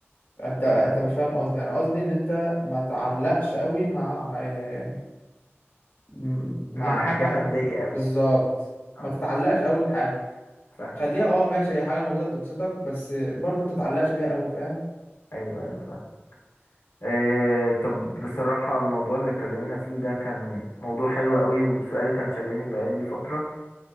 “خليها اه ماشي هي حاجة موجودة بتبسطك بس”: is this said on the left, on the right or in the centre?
Left